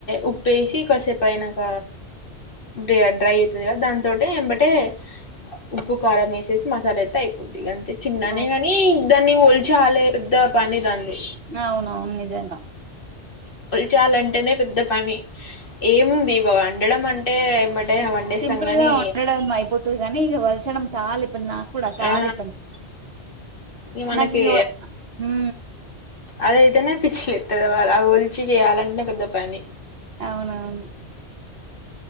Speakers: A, on the left; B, on the right.
A: ఉప్పు ఏసి కసేపైనక ఇగ డ్రై ఐతది కదా దాంతోటే ఏంబటే ఉప్పు కారం వేసేసి మసాలా ఎస్ టైపుది ఇగ అం చిన్నానే
B: అవును.
A: గనీ దాన్ని ఒల్చాలే పెద్ద పని దాంది
B: అవునవును నిజంగా
A: చాలంటేనే పెద్ద పని ఏముంది ఇవ వండడం అంటే ఎంబటే
B: ఉ
A: వండేస్తాం
B: సింపుల్
A: గాని
B: గా ఉండడం అయిపోతది కానీ ఇక వలచడం చాలా ఇ ఇపుడు నాకూడా చాల
A: ఆ
B: ఇబ్బంది
A: ఇగ మనకి
B: నాకిగో ఊ ఊ
A: అదైతేనే పిచ్చిలేతది అగో అది ఒల్చి చేయాలంటనే పెద్ద పని
B: అవునవును